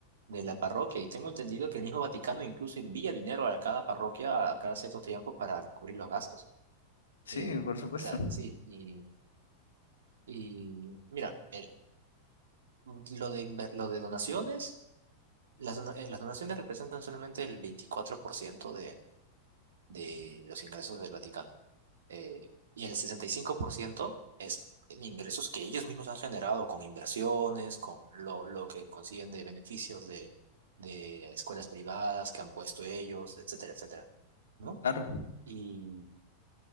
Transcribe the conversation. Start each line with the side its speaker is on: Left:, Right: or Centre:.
Right: de la parroquia. Y tengo entendido que el mismo Vaticano incluso envía dinero a cada parroquia a cada cierto tiempo para cubrir los gastos.
Left: sí,
Right: Eh, o
Left: por supuesto.
Right: sea, sí, y, y mira, el- lo de, inver- lo de donaciones, las, dona- eh, las donaciones representan solamente el 24% de, de los ingresos del Vaticano. eh, y el 65% es en ingresos que ellos mismos han generado con inversiones, con lo, lo que consiguen de beneficios de, de escuelas privadas que han puesto ellos, etcétera, etcétera, ¿no?
Left: Claro.
Right: Y,